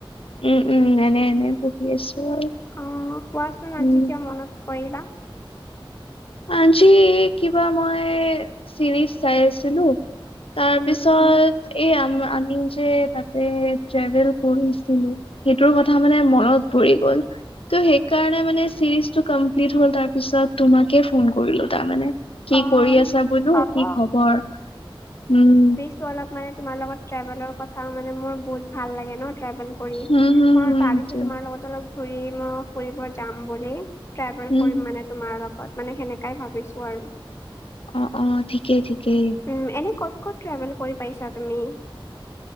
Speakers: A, on the left; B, on the left.
A: উম', উম, এনে এনে পঢ়ি আছোঁ আৰু।
B: অ', কোৱাচোন
A: উম
B: আজি কিয় মনত কৰিলা?
A: আজি কিবা মই চিৰিজ চাই আছিলোঁ। তাৰপিছত
B: উম উম
A: এই আমম আমি যে ট্ৰেভেল পঢ়িছিলোঁ সেইটোৰ কথা মানে মনত পৰি গ'ল। ত' সেই কাৰণে মানে চিৰিজ কপ্লিত হল তাৰপিছত তোমাকে ফোন কৰিলোঁ তাৰ মানে। কি
B: অ'
A: কৰি আছা বোলো
B: হ'ব
A: কি খবৰ উম,।
B: ত' অলপ মানে তোমাৰ লগত ট্ৰেভেলৰ কথা মানে মোৰ বহুত ভাল লাগে ন'- ট্ৰেভেল কৰি
A: উম হুম
B: মই
A: হুম
B: ভাবিছো
A: সেইটোৱে
B: তোমাৰ লগত অলপ ঘৰি মই ফুৰিব যাম বুলি। ট্ৰেভেল
A: হুম
B: কৰিম
A: হুম।
B: মানে তোমাৰ লগত। মানে সেনেকাই ভাবিছোঁ আৰু।
A: অ' অ' ঠিকেই ঠিকেই।
B: উম, এনে ক'ত ক'ত ট্ৰেভেল কৰি পাইছা তুমি?